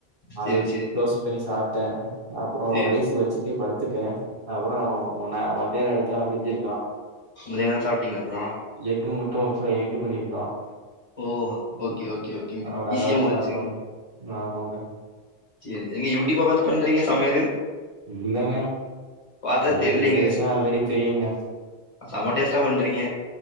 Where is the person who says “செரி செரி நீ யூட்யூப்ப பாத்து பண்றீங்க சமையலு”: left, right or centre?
Left